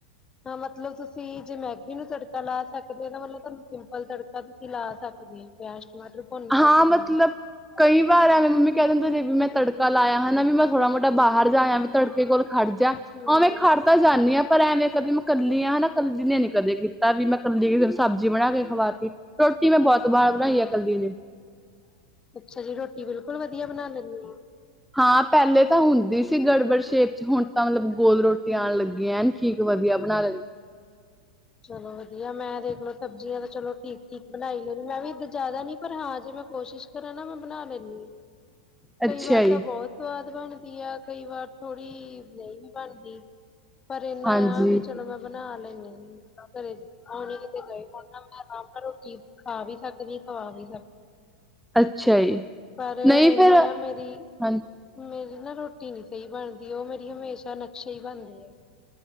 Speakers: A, on the left (about 20°); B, in the centre.
A: ਮਤਲਬ ਤੁਸੀਂ ਜੇ ਮੈਗੀ ਨੂੰ ਤੜਕਾ ਲਾ ਸਕਦੇ ਹੋ, ਤਾਂ ਮਤਲਬ ਤੁਹਾਨੂੰ ਸਿੰਪਲ ਤੜਕਾ ਤੁਸੀਂ ਲਾ ਸਕਦੇ ਹੋ ਪਿਆਜ, ਟਮਾਟਰ ਭੁੰਨ ਸਕਦੇ
B: ਹਾਂ ਮਤਲਬ ਕਈ ਵਾਰ ਮੰਮੀ ਕਹਿ ਦਿੰਦੇ ਜੇ ਵੀ ਮੈਂ ਤੜਕਾ ਲਾਇਆ ਹਨਾ ਵੀ ਮੈਂ ਥੋੜਾ ਮੋਟਾ ਬਾਹਰ ਜਾ ਆਇਆ ਵੀ ਤੜਕੇ ਕੋਲ ਖੜਜਾ
A: ਹੋ ਹੂੰ
B: ਉਵੇਂ ਖੜਤਾ ਪਰ ਐਵੇਂ ਕਦੇ ਮੈਂ ਕੱਲੀ ਹਾਂ ਹਨਾ ਕੱਲੀ ਨੇ ਨੀ ਕਦੇ ਕੀਤਾ ਵੀ ਮੈਂ ਕੱਲੀ ਕਿਸੇ ਨੂੰ ਸਬਜ਼ੀ ਬਣਾ ਕੇ ਖਵਾਤੀ ਰੋਟੀ ਮੈਂ ਬਹੁਤ ਵਾਰ ਬਣਾਈ
A: ਹਾਂ।
B: ਆ ਕੱਲੀ ਨੇ
A: ਅੱਛਾ ਜੀ ਰੋਟੀ ਬਿਲਕੁਲ ਵਧੀਆ ਬਣਾ ਲੈਂਣੀ ਏ
B: ਹਾਂ ਪਹਿਲੇ ਤਾਂ ਹੁੰਦੀ ਸੀ ਗੜਬੜ ਸ਼ੇਪ ਚ ਹੁਣ ਤਾਂ ਮਤਲਬ ਗੋਲ ਰੋਟੀ ਆਉਣ ਲੱਗੀਆਂ ਏਨ ਠੀਕ ਵਧੀਆ ਬਣਾ ਲੈਦੀ
A: ਚਲੋ ਵਧੀਆ ਮੈਂ ਦੇਖਲੋ ਸਬਜ਼ੀਆਂ ਤਾਂ ਚਲੋ ਠੀਕ -ਠੀਕ ਬਣਾਈ ਲੈਦੀ ਮੈਂ ਵੀ ਜ਼ਿਆਦਾ ਨੀ ਪਰ ਹਾਂ ਜੇ ਮੈਂ ਕੋਸ਼ਿਸ਼ ਕਰਾਂ ਨਾ ਮੈਂ ਬਣਾ ਲੈਂਣੀ ਆਂ।
B: ਅੱਛਾ
A: ਕਈ ਵਾਰ
B: ਜੀ
A: ਤਾਂ ਬਹੁਤ ਸਵਾਦ ਬਣਦੀ ਆ, ਕਈ ਵਾਰ ਥੋੜੀ ਨਹੀਂ ਬਣਦੀ। ਪਰ ਐਨਾ
B: ਹਾਂਜੀ
A: ਆ ਵੀ ਚਲੋ ਮੈਂ ਬਣਾ ਲੈਣੀ ਘਰੇ ਆਉਣੀ ਕਿਤੇ ਗਏ ਹੁਣ ਮੈਂ ਆਰਾਮ ਨਾਲ ਰੋਟੀ ਖਾ ਵੀ ਸਕਦੀ ਖਵਾ ਵੀ ਸਕਦੀ
B: ਅੱਛਾ ਜੀ
A: ਪਰ
B: ਨਹੀਂ
A: ਐਨਾ
B: ਫੇਰ
A: ਆ ਮੇਰੀ
B: ਹਾਂ
A: ਮੇਰੀ ਨਾ ਰੋਟੀ ਨੀ ਸਹੀ ਬਣਦੀ ਉਹ ਮੇਰੀਆ ਹਮੇਸ਼ਾ ਨਕਸ਼ੇ ਹੀ ਬਣਦੇ।